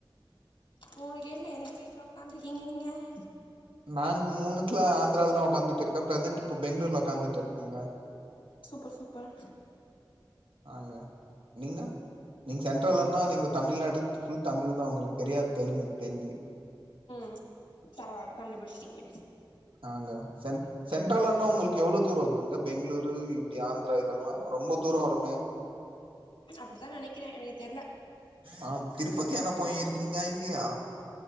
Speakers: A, on the left; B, on the right.
A: மூனு கேட்ல எந்த கேட்ல உக்காந்துருக்கீங்க நீங்க <inaudible>
B: நா மூனுத்துல ஆந்திராவில தா உக்காந்துட்டுருக்கே பிரசன்ட் இப்ப பெங்களூர்ல உக்காந்துட்டுருக்குகேங்க
A: சூப்பர் சூப்பர்
B: ஆங்க நீங்க நீங்க சென்ட்ரல்னா நீங்க தமிழ்நாடு ஃபுல் தமிழ் தா உங்களுகு தெரியா தெலுங்கு தெரிஞ்சி
A: ம் பரவால கண்டுபுடிஸ்டிங்க
B: ஆங்க சென் சென்ட்ரலனா உங்களுக்கு எவ்ளோ தூர வருதுங்க பெங்களூரு இப்டி ஆந்ரா இதெல்லா ரொம்ப தூர வ மே
A: அப்டிதா நெனைக்கிற எனக்கு தெர்ல
B: ஆ திருப்பதி ஆனா போயிருகிங்கா இல்லியா